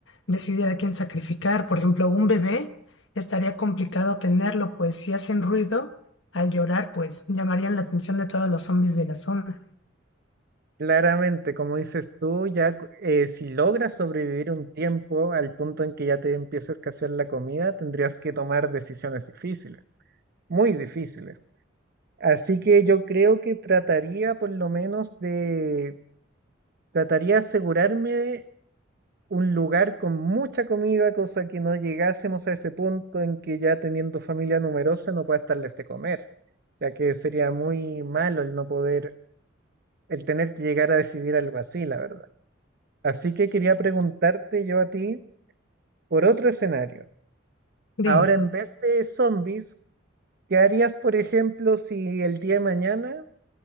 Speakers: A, on the left (about 70°); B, on the right (about 50°).
A: decidir a quién sacrificar. Por ejemplo, un bebé estaría complicado tenerlo, pues si hacen ruido al llorar, pues llamarían la atención de todos los zombies de la zona.
B: Claramente, como dices tú, ya cu- eh, si logras sobrevivir un tiempo al punto en que ya te empieza a escasear la comida, tendrías que tomar decisiones difíciles, muy difíciles. Así que yo creo que trataría por lo menos de, trataría de asegurarme un lugar con mucha comida, cosa que no llegásemos a ese punto en que ya teniendo familia numerosa no puedas darles de comer, ya que sería muy malo el no poder, el tener que llegar a decidir algo así, la verdad. Así que quería preguntarte yo a ti por otro escenario.
A: Dime.
B: Ahora, en vez de zombies, ¿qué harías, por ejemplo, si el día de mañana